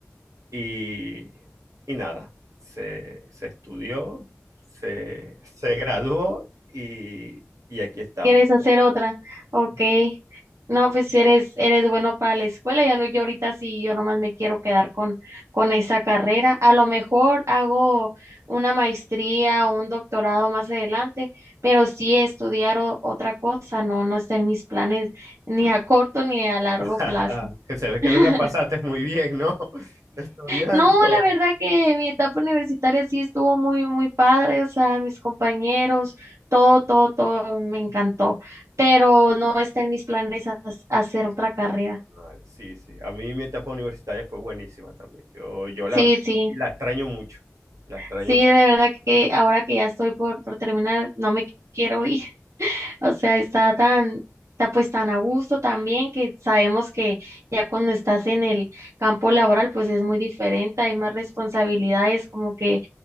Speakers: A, on the right (about 80°); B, on the right (about 65°).
A: Y, y nada, se, se estudió, se, se graduó y, y aquí estamos.
B: ¿Quieres hacer otra? Ok. No, pues eres, eres bueno para la escuela. Ya no, yo ahorita sí, yo nomás me quiero quedar con, con esa carrera. A lo mejor hago una maestría o un doctorado más adelante, pero sí estudiar o- otra cosa, no, no está en mis planes ni a corto ni a largo
A: <laughs>
B: plazo.
A: Que se ve que
B: <laughs>
A: no la pasaste muy bien, ¿no? <laughs> Estudiando.
B: No, la verdad que mi etapa universitaria sí estuvo muy, muy padre, o sea, mis compañeros, todo, todo, todo me encantó, pero no está en mis planes ha- hacer otra carrera.
A: Vale, sí, sí. A mí mi etapa universitaria fue buenísima también. Yo, yo la,
B: Sí, sí,
A: y la extraño mucho. La extraño
B: sí,
A: mucho.
B: de verdad que ahora que ya estoy por, por terminar, no me quiero ir, <laughs> o sea, está tan, está pues tan a gusto también que sabemos que ya cuando estás en el campo laboral, pues es muy diferente, hay más responsabilidades, como que,